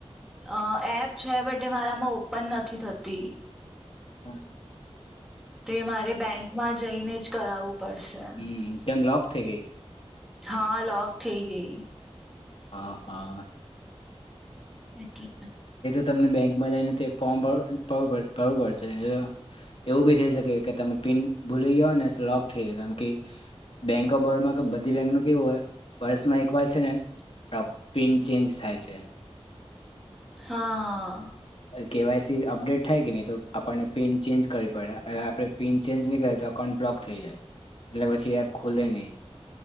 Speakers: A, in the centre; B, on the left.
A: અ એપ છે, બટ એ મારામાં ઓપન નથી થતી.
B: હા.
A: તે મારે બેંકમાં જઈને જ કરાવવું પડશે
B: હમ કેમ લોક થઈ ગઈ.
A: હા, લોક થઈ ગઈ.
B: હા, હા.
A: એટલે
B: <inaudible> તમને બેંકમાં જઈને તે ફોર્મ ભું ભરવું પડશે, એવું બી થઈ શકે. કે તમે પિન ભૂલી ગયો ને, તો લોક થઈ ગયો. કે બેંક ઓફ બરોડમાં, બધી બેંક નું કેવું હોય, વર્ષમાં એક વાર છે ને? તો પિન ચેન્જ થાય છે?
A: હા, હા.
B: કેવાયસી અપડેટ થાય કે નહીં? તો આપણને પિન ચેન્જ કરવી પડે. આપણે પિન ચેન્જ નહીં કરે, તો એકાઉન્ટ બ્લોક થઈ જાય. એટલે પછી એપ ખુલે નહીં.